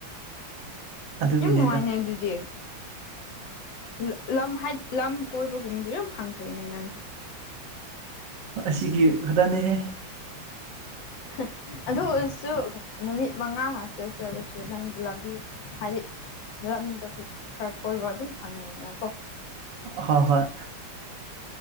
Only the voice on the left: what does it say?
ꯌꯥꯝ ꯅꯨꯡꯉꯥꯏꯅꯦ ꯑꯗꯨꯗꯤ ꯂ ꯂꯝ ꯍꯥꯏꯗꯤ ꯂꯝ ꯀꯣꯏꯕꯒꯨꯝꯕꯗꯨ ꯌꯥꯝ ꯐꯪꯈ꯭ꯔꯦꯅꯦ ꯅꯪ
ꯍꯥ ꯑꯗꯨ ꯑꯣꯏꯔꯁꯨ ꯅꯨꯃꯤꯠ ꯃꯉꯥ ꯉꯥꯛꯇ ꯆꯠꯂꯁꯨ ꯅꯪ ꯂꯝꯕꯤ ꯍꯥꯏꯗꯤ ꯂꯝꯗꯣ ꯈꯔ ꯀꯣꯏꯕ ꯑꯗꯨꯝ ꯐꯪꯉꯦꯗꯅ ꯀꯣ